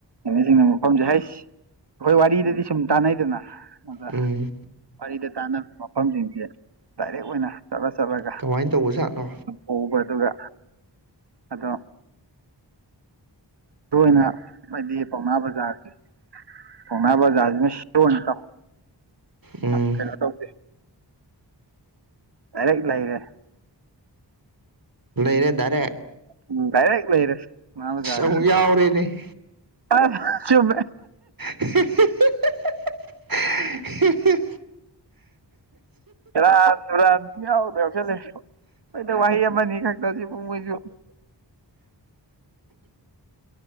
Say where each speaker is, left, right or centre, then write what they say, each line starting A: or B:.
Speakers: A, on the right (about 65°); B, on the right (about 50°).
A: ꯑꯁꯤꯡꯅ ꯃꯐꯝꯁꯦ ꯍꯁ ꯑꯩꯈꯣꯏ ꯋꯥꯔꯤꯗꯗꯤ ꯁꯨꯝ ꯇꯥꯟꯅꯩꯗꯅ ꯑꯗ
B: ꯎꯝ
A: ꯋꯥꯔꯤꯗ ꯇꯥꯟꯅꯕ ꯃꯐꯝꯁꯤꯡꯁꯦ ꯗꯥꯏꯔꯦꯛ ꯑꯣꯏꯅ ꯆꯠꯂ ꯆꯠꯂꯒ
B: ꯀꯃꯥꯏꯅ ꯇꯧꯕ ꯁꯥꯠꯅꯣ
A: ꯍꯕ ꯑꯗꯨꯒ ꯑꯗꯣ ꯃꯔ ꯑꯣꯏꯅ ꯍꯥꯏꯗꯤ ꯄꯥꯎꯅꯥ ꯕꯖꯥꯔꯒꯤ ꯍꯅꯥꯕꯖ ꯑꯥꯖꯃꯦꯅꯤ ꯇ
B: ꯎꯝ
A: ꯀꯩꯅꯩꯅ ꯇꯧ ꯍꯔ ꯂꯩꯔꯦ
B: ꯏꯔꯦꯗꯔꯦ
A: ꯎ ꯇꯩꯔꯂ ꯏꯔꯦ ꯅꯖꯔ
B: ꯑꯃꯨꯛ ꯌꯥꯎꯔꯦꯅꯦ
A: ꯑ ꯆꯨꯕ
B: ꯍ ꯑ
A: ꯥꯟ ꯔꯥꯟ ꯌꯥꯎꯗ ꯌꯥꯎꯁꯜꯂꯦ ꯅꯣꯏꯗ ꯋꯥꯍꯩ ꯑꯃꯅꯤ ꯈꯛꯇꯁꯤꯕꯨꯡ ꯃꯣꯏꯁꯨ